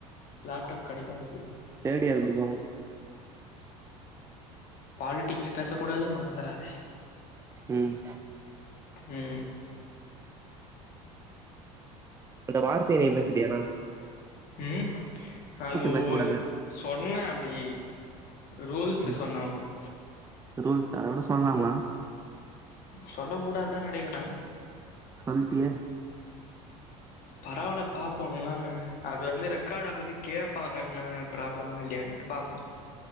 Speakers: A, on the left (about 50°); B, on the right (about 15°).
A: லேப்டாப் கிடைக்கும் உனக்கு
B: தேர்ட் இயர் குடுப்பாங்க
A: பாலிடிக்ஸ் பேச கூடாது மறந்துறாத
B: ம்
A: உம்
B: அந்த வார்த்தய நீ பேசுட்டியேடா
A: ஹ்ம் அது
B: பேசக்கூடாது
A: ஒரு சொன்னே ப்டி ரூல்ஸ்சு
B: ம்
A: சொன்னே ஒனக்கு
B: ரூல்ஸ் அத விட சொல்லலாமா
A: சொல்ல கூடாதான் நெனைக்கிறே
B: சொல்ட்டியே
A: பரவால பாப்போம்னா அது வந்து ரெக்கார்ட் ஆவுது கேப்பாங்க என்ன ப்ராப்ளமா இல்லையான்ட்டு பாப்போம்